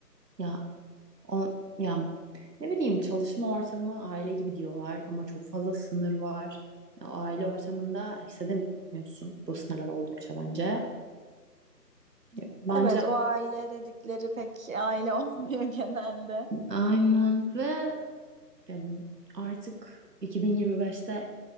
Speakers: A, on the right; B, on the right.
A: Ya o yani ne bileyim çalışma ortamı aile gibi diyorlar ama çok fazla sınır var. Ya, o aile ortamında hissedemiyorsun bu sınırlar oldukça bence. Ya, Bence
B: Evet, o aile dedikleri pek aile olmuyor <laughs> genelde.
A: aynen ve ya, artık 2025'te